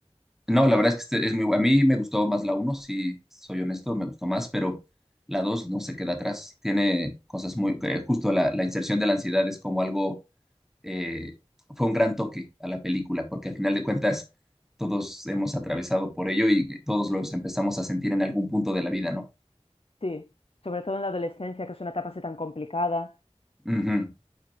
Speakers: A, in the centre; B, on the left.
A: No, la verdad es que este es muy bu- A mí me gustó más la uno, si soy honesto, me gustó más, pero la 2 no se queda atrás. Tiene cosas muy... eh, justo la, la inserción de la ansiedad es como algo... eh, fue un gran toque a la película, porque al final de cuentas todos hemos atravesado por ello y todos los empezamos a sentir en algún punto de la vida, ¿no?
B: Sí, sobre todo en la adolescencia, que es una etapa así tan complicada.
A: Ujú.